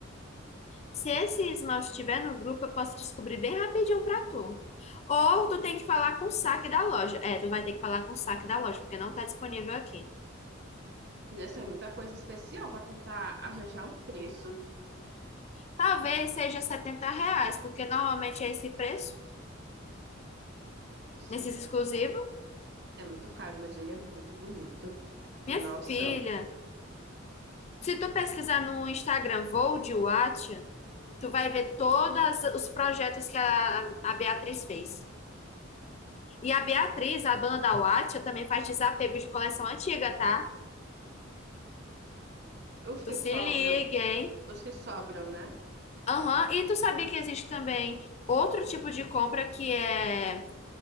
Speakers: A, on the left (about 35°); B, on the right (about 55°).
A: Se esse esmalte estiver no grupo, eu posso descobrir bem rapidinho pra tu. Ou tu tem que falar com o saque da loja. É, tu vai ter que falar com o saque da loja, porque não tá disponível aqui.
B: Nessa é muita coisa especial para tentar arranjar um preço.
A: Talvez seja 70 reais, porque normalmente é esse preço,
B: Nossa,
A: nesses exclusivos.
B: é muito caro, mas ele é muito bonito. Nossa,
A: Minha filha, se tu pesquisar no Instagram Vou de Wattia, tu vai ver todos os projetos que a, a Beatriz fez. E a Beatriz, a dona da Wattia, também faz desapego de coleção antiga, tá?
B: os
A: Tu
B: que
A: se
B: sobram,
A: liga, hein?
B: os que sobram, né?
A: Aham, E tu sabia que existe também outro tipo de compra que é,